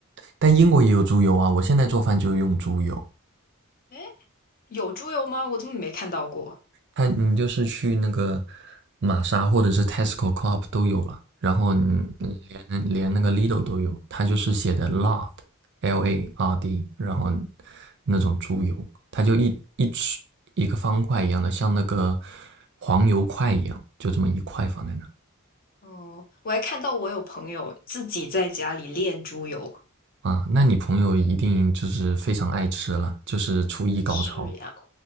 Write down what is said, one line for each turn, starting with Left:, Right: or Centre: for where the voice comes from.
Right: 但英国也有猪油啊，我现在做饭就用猪油。
Left: 哎，有猪油吗？我怎么没看到过？
Right: 它你就是去那个玛莎或者是 Tesco、Coop 都有了，然后你你连连那个 Lidl 都有，它就是写的
Left: 嗯，
Right: lard，L A R D，然后那种猪油，它就一一吃一个方块一样的，像那个黄油块一样，就这么一块放在那
Left: 哦，我还看到我有朋友自己在家里炼猪油。
Right: 啊。那你朋友一定就是非常爱吃了，就是厨艺高超。
Left: 是呀，